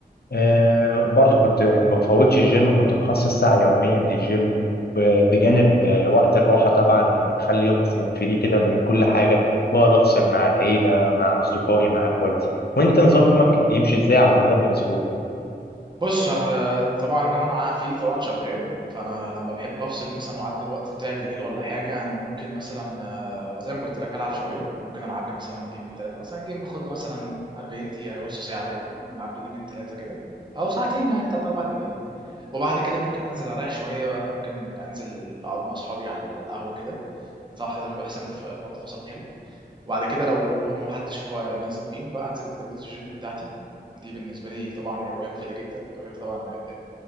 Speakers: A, on the left (about 70°); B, on the right (about 25°).
A: آه برضو كنت يعني ما بفوتش الجيم كنت مخصص ساعة يوميا للجيم ب- بجانب آه، وقت الراحة طبعا يعني بخلي يوم مثلا فري كده من كل حاجة بقعد أفصل مع العيلة مع أصدقائي مع إخواتي وأنت نظام
B: اه
A: يومك كان بيمشي إزاي على مدار الأسبوع؟
B: بص انا طبعا انا مع فيه طبعا شغال فانا لما بحب افصل مثلا واعدي الوقت بتاعي بالليل ولا حاجه انا ممكن مثلا آه، زي ما قلت لك العب شويه ممكن العب لي مثلا جيمين ثلاثه مثلا جيم باخد له مثلا 40 دقيقه أو نص ساعه كده فممكن العب لي جيمين ثلاثه كده او ساعتين يعني ثلاث اربع ايام وبعد كده ممكن انزل اريح شويه بقى ممكن انزل اقعد مع اصحابي على القهوه كده بصراحه ده بيبقى احسن ف- برضه فصلني وبعد كده لو هم محدش فو- نازل بيهم بقى انزل بتمرين الجيم بتاعتي دي بالنسبه لي طبعا هوايه مفيده جدا ده غير طبعا ال- ال-